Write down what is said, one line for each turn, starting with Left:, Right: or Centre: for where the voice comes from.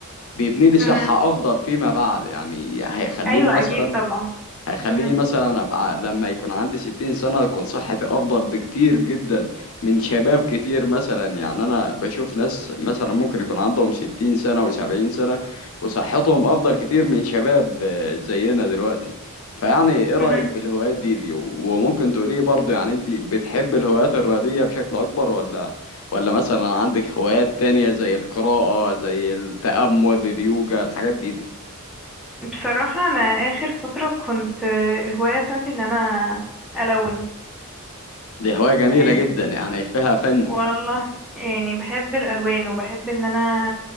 Left: بيبني لي صحة
Centre: مهم.
Left: افضل فيما بعد يعني هيخليني
Centre: ايوه
Left: مثلا
Centre: اكيد طبعا
Left: هيخليني
Centre: مهم.
Left: مثلا ابقى لما يكون عندي ستين سنة تكون صحتي افضل بكتير جدا من شباب كتير مثلا يعني انا بشوف ناس مثلا ممكن يكون عندهم ستين سنة وسبعين سنة وصحتهم افضل كتير من شباب آه، زينا دلوقتي فيعني ايه رأيك
Centre: مهم.
Left: في الهوايات دي دي و- وممكن تقولي برضه يعني انت بتحب الهوايات الرياضية بشكل اكبر ولا ولا مثلا عندك هوايات تانية زي القراءة زي التأمل اليوجا الحاجات دي دي
Centre: بصراحه انا اخر فتره كنت آه، الهوايه بتاعتي ان انا الون
Left: دي هواية جميلة
Centre: يعني
Left: جدا يعني فيها فن
Centre: والله يعني بحب الالوان وبحب ان انا